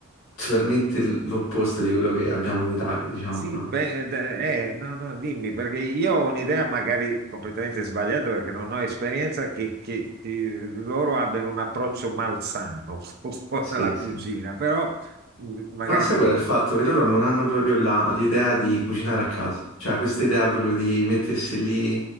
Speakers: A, on the left (about 85°); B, on the right (about 45°).
A: totalmente l- l'opposto di quello che abbiamo in Italia, diciamo,
B: Sì,
A: no?
B: beh, d- eh, no, no, dimmi, perché io ho un'idea magari completamente sbagliata perché non ho esperienza che, che- che loro abbiano un approccio malsano <laughs> con
A: Sì,
B: la cucina,
A: sì.
B: però mm, magari
A: No, sai
B: mi
A: qual
B: sbaglio,
A: è il fatto? Che loro non hanno proprio la- l'idea di cucinare a casa, cioè questa idea proprio di mettersi lì,